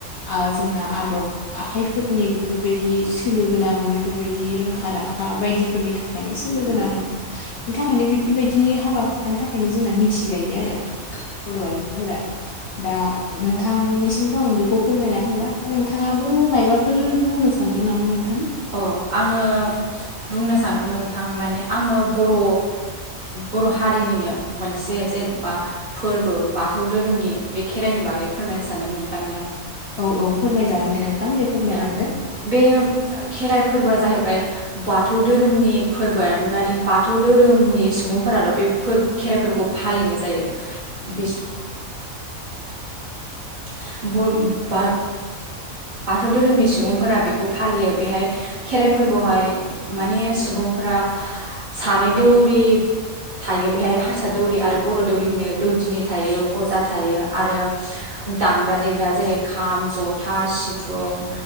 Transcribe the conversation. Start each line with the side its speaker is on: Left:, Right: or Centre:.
Left: आ जोंना आदब आखाइफोरनि बेफोरबायदि सोलो गोनां बेफोरबायदि रोंखा आखा बायदि फोरनि थाखायनो सोलो गोनां बिनि थाखायनो बेफोरबायदिनि हाबा हुखानि थाखायनो जोंना मिथिजायो आरो बर' आइजोफोरा दा नोंथांनिसिमथ' आं बेखौ फोरमायना होबाय नोंथाङा मायबाफोर बुंनो सानदों नामा नोंथा
Right: औ आङो बुंनो सानोदों नोंथां माने आङो बर' बर' हारिनिनो मोनसे जेनेबा फोरबो बाथौ धोरोमनि बे खेराइनि बागै फोरमायनो सानदों नोंथांनिया
Left: औ औ फोरमायजागोन दे नोंथां दे फोरमायलांदो
Right: औ बे खेराइ फोरबोआ जाहैबाय बाथौ धोरोमनि फोरबो आरो माने बाथौ धोरोमनि सुबुं फोराल' बे फोर खेराइफोरखौ फालिनाय जायो बि
Left: <unintelligible>
Right: <unintelligible> बाथौ धोरोमनि सुबुंफोरा बेखौ फालियो बेहाय खेराइ फोरबोहाय माने सुबुंफ्रा सानै दौरि थायो बेहाय हारसा दौरि आरो बर' दौरि होनो दौ दिनि थायो अजा थायो आरो दामग्रा देग्रा जेरै खाम जथा सि फुं